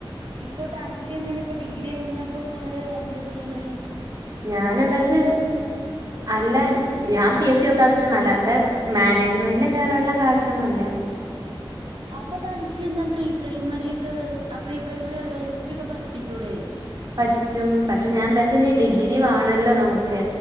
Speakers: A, on the right; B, on the right.
A: ഇപ്പൊ തനിക്ക് എങ്ങനെ ഇപ്പൊഡിഗ്രി കഴിഞ്ഞ പ്പോ ന്നേരെ എന്താ ചിയ്യ്ണ്?
B: ഞാനെന്താച്ചാ അല്ല ഞാൻ പി എസ് സി യോ കാസ്റ്റൻ അല്ല. ടെ മാനേജ്മെന്റില് കേയറാനുള്ള കാശൊന്നുല്ല.
A: ആഹ് അപ്പോ തനിക്ക്ന്നാ പ്രീ പ്രൈമെറി ഒക്കെജ് അപ്പ് പ്രീ പ്രൈമറി അല്ല. ഏൽ പി ഒക്കെ പഠിപ്പിച്ചൂടെ?
B: പറ്റും പക്ഷെ ഞാൻഎന്താച്ച ഇഞ്ഞി ഡിഗ്രി വാണല്ലോ ന്നമുക്ക്